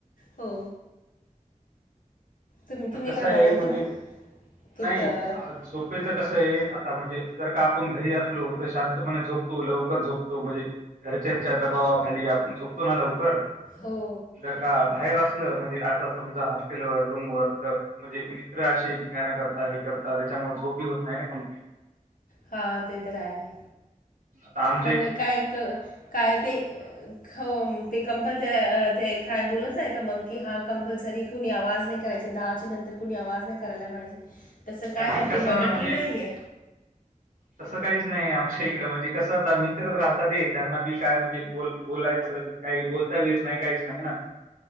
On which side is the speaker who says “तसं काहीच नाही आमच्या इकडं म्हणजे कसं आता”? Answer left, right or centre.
Right